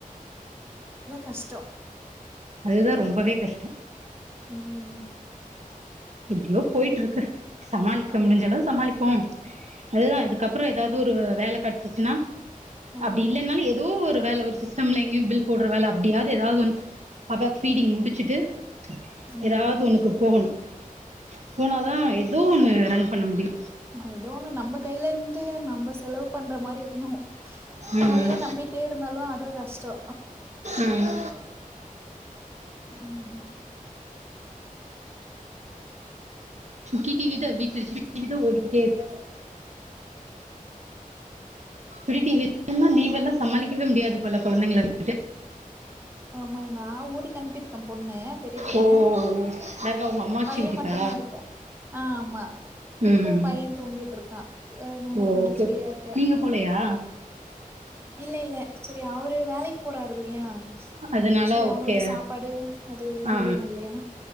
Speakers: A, on the right; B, on the right.
A: கஷ்டோ
B: அதுதா ரொம்பவே கஷ்டோம்
A: உம்
B: எப்டியோ போயிட்டு இருக்கு சமாளிக்க
A: ஆமா
B: முடிஞ்சளவு சமாளிக் போ அதுதா இதுக்கப்புறோ ஏதாவது ஒரு வேல கெடச்சிச்சுனா
A: ஆ
B: அப்டி இல்லன்னாலு ஏதோ ஒரு வேல ஒரு சிஸ்டம்ல எங்கயு பில் போடுற வேல அப்டியாவது ஏதாவது ஒன் பாப்பாக்கு ஃபிடிங் முடிச்சுட்டு
A: ம்
B: ஏதாவது ஒன்னுக்கு போகணு போனாதா ஏதோ ஒன்னு ரன் பண்ண முடியு
A: ஏதோ ஒண்ணு நம்ம கையில இருந்து நம்ம ரொம்ப செலவு பண்ற மாரி இருக்குனோ
B: ம்
A: அவரயே நம்பிட்டு இருந்தாலு அதோ கஷ்டோ
B: ம்
A: உம்
B: சுட்டி டி வி தா வீட்டுல சுட்டி டி வி தா ஓடிக்கிட்டே இருக்கு <inaudible> லீவ் எல்லா சமாளிக்கவே முடியாது போல கொழந்தைங்கல <inaudible>
A: ஆமா நா ஊருக்கு அனுப்பிருக்கே பொண்ணு பெரிய பொண்ணு
B: ஓ யாருக்கா உங்க அம்மாச்சி
A: பையன்
B: வீட்டுக்கா
A: மட்டு தா இருக்கா ஆஹ் ஆமா
B: ம்
A: இப்போ பைய தூங்கிட்டு இருக்கா அதனால
B: ஓ
A: கொஞ்சோ
B: ஓகே
A: ஃப்ரீயா இருக்கே
B: நீங்க போலையா
A: இல்ல இல்ல சரியா அவரு வேலைக்கு போறாரு இல்லையா
B: அதனால
A: சரி அவங்களுக்கு
B: ஓகே
A: சாப்பாடு அது இதெல்லா
B: ஆ
A: வேணு இல்லையா